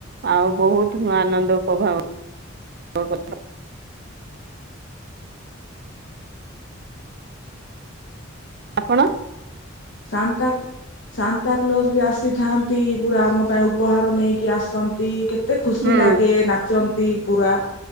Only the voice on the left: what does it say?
ଶାନ୍ତାକ ସାନ୍ତାକଲୋଜ ବି ଆସିଥାନ୍ତି ପୁରା ଆମ ପାଇଁ ଉପହାର ନେଇକି ଆସନ୍ତି କେ ଏତେ ଖୁସି
ଲାଗେ ନାଚନ୍ତି ପୁରା